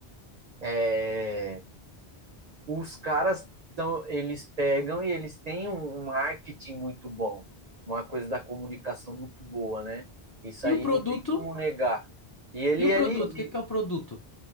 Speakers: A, on the right; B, on the left.
A: É, os caras então, eles pegam e eles têm um um marketing muito bom, uma coisa da comunicação muito boa, né? Isso
B: E
A: aí
B: o produto?
A: não tem como negar. E ele,
B: E o
A: ele,
B: produto? O que que é o produto?